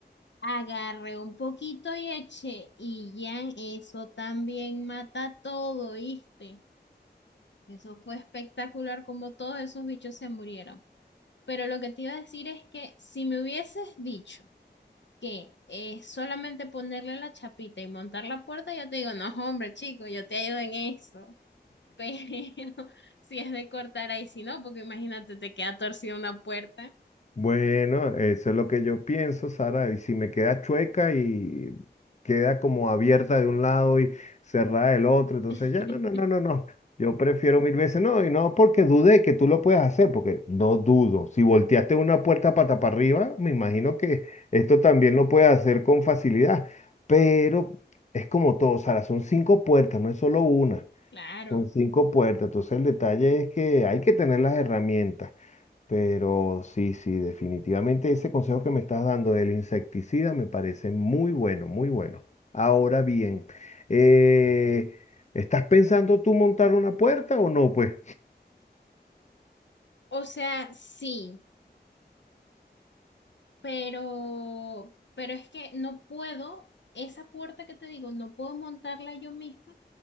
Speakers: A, on the left; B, on the left.
A: agarré un poquito y eché y ya eso también mata todo, ¿viste? Eso fue espectacular como todos esos bichos se murieron. Pero lo que te iba a decir es que si me hubieses dicho que es solamente ponerle la chapita y montar la puerta, yo te digo, no, hombre, chico, yo te ayudo en eso. <laughs> Pero si es de cortar ahí, si no, porque imagínate, te queda torcida una puerta.
B: Bueno, eso es lo que yo pienso, Sara. Y si me queda chueca y queda como abierta de un lado y cerrada del otro, entonces
A: <laughs>
B: ya no, no, no, no, no. Yo prefiero mil veces no, y no porque dudé que tú lo puedas hacer, porque no dudo. Si volteaste una puerta pata para arriba, me imagino que esto también lo puedes hacer con facilidad. Pero es como todo, Sara, son cinco puertas, no es solo una,
A: Claro.
B: son cinco puertas. Entonces el detalle es que hay que tener las herramientas. Pero sí, sí, definitivamente ese consejo que me estás dando del insecticida me parece muy bueno, muy bueno. Ahora bien, eh, ¿estás pensando tú montar una puerta o no? Pues
A: O sea, sí, pero, pero es que no puedo, esa puerta que te digo, no puedo montarla yo misma